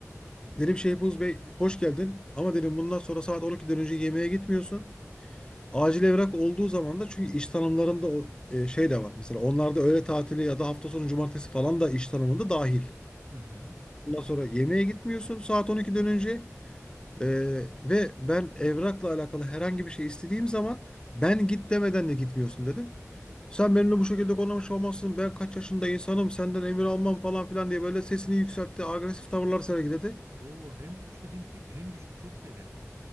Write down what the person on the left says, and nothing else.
Dedim Şehbuz Bey hoş geldin ama dedim bundan sonra saat 12'den önce yemeğe gitmiyorsun. Acil evrak olduğu zaman da çünkü iş tanımlarında o e, şey de var. Mesela onlarda öğle tatili ya da hafta sonu cumartesi falan da iş tanımında dahil.
Bundan sonra yemeğe gitmiyorsun saat 12'den önce E, ve ben evrakla alakalı herhangi bir şey istediğim zaman ben git demeden de gitmiyorsun dedim. Sen benimle bu şekilde konuşmuş olmazsın. Ben kaç yaşında insanım senden emir almam falan filan diye böyle sesini yükseltti. Agresif tavırlar sergiledi.